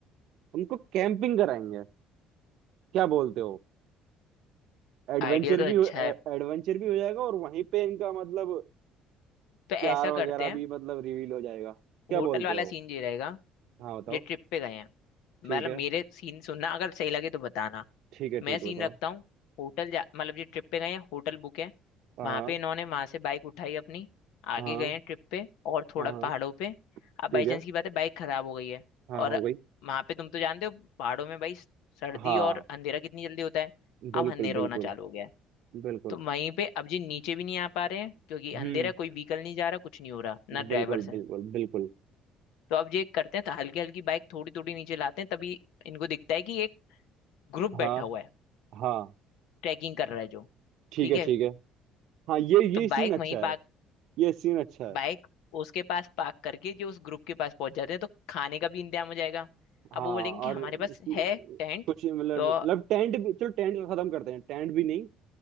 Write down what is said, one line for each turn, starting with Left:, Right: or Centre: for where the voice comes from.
Right: उनको कैंपिंग कराएंगे क्या बोलते हो एडवेंचर
Left: आइडिया तो अच्छा
Right: भी हो-
Left: है
Right: ए- एडवेंचर भी हो जाएगा और वहीं पे इनका मतलब
Left: तो ऐसा
Right: प्यार वगैरह
Left: करते हैं
Right: भी मतलब रिवील हो जाएगा क्या
Left: होटल
Right: बोलते
Left: वाला
Right: हो
Left: सीन ये रहेगा
Right: हाँ बताओ
Left: जो ट्रिप पे गए हैं मतलब
Right: ठीक है
Left: मेरे सीन सुनना अगर सही लगे तो बताना
Right: ठीक है
Left: मैं
Right: ठीक
Left: सीन
Right: है बताओ
Left: रखता हूँ होटल जा मतलब जो ट्रिप पे गए हैं होटल बुक है
Right: हाँ
Left: वहां पे इन्होंने वहां से बाइक उठाई अपनी आगे
Right: हाँ
Left: गए हैं ट्रिप पे और थोड़ा
Right: हाँ हाँ,
Left: पहाड़ों पे अब बाई
Right: ठीक
Left: चांस
Right: है
Left: की बात है बाइक खराब हो गई है
Right: हाँ
Left: और
Right: हो गई
Left: वहां पे तुम तो जानते हो पहाड़ों में भाई सर्दी
Right: हाँ
Left: और अंधेरा कितनी जल्दी होता है अब
Right: बिल्कुल
Left: अंधेरा
Right: बिल्कुल
Left: होना चालू हो गया है
Right: बिल्कुल
Left: तो वहीं पे अब ये नीचे भी नहीं आ पा रहे हैं क्योंकि
Right: हम्म
Left: अंधेरा है, कोई व्हीकल नहीं जा रहा कुछ नहीं हो रहा ना ड्राइवर्स
Right: बिल्कुल
Left: हैं
Right: बिल्कुल बिल्कुल
Left: तो अब ये करते हैं तो हल्की हल्की बाइक थोड़ी थोड़ी नीचे लाते हैं तभी इनको दिखता है कि एक ग्रुप
Right: हाँ
Left: बैठा हुआ है
Right: हाँ
Left: ट्रैकिंग कर रहा है जो
Right: ठीक
Left: ठीक
Right: है
Left: है
Right: ठीक है हाँ ये
Left: तो
Right: ये
Left: बाइक
Right: सीन अच्छा
Left: वहीं
Right: है
Left: पार्क
Right: ये सीन अच्छा है
Left: बाइक उसके पास पार्क करके जो उस ग्रुप के पास पहुंच जाते हैं तो खाने का भी इंतजाम हो जाएगा
Right: हाँ
Left: अब वो बोलेंगे
Right: और
Left: कि हमारे
Right: कि-
Left: पास है टेंट
Right: कुछ मतलब
Left: तो
Right: मतलब टेंट भी चलो टेंट का खत्म करते हैं टेंट भी नहीं